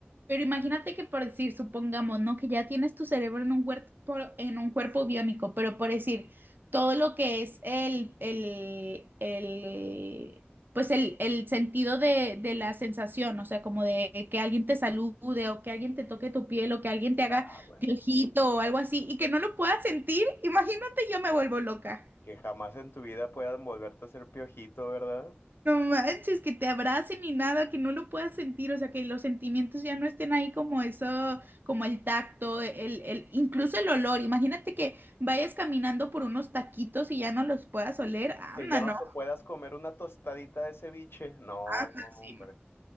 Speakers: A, on the right (about 55°); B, on the left (about 70°).
A: Pero imagínate que por decir, supongamos, ¿no? Que ya tienes tu cerebro en un cuerpo, en un cuerpo biónico, pero por decir, todo lo que es el, el, el, pues el, el sentido de, de la sensación, o sea, como de que alguien te salude o que alguien te toque tu piel o que alguien te haga
B: Ah, bueno.
A: piojito o algo así y que no lo puedas sentir, imagínate yo me vuelvo loca.
B: Que jamás en tu vida puedas volverte a ser piojito, ¿verdad?
A: No manches, que te abracen y nada, que no lo puedas sentir, o sea, que los sentimientos ya no estén ahí como eso, como el tacto, el, el, incluso el olor. Imagínate que vayas caminando por unos taquitos y ya no los puedas oler. Anda,
B: Que ya no
A: no,
B: te puedas comer una tostadita de ceviche. No,
A: anda,
B: hombre.
A: sí, no.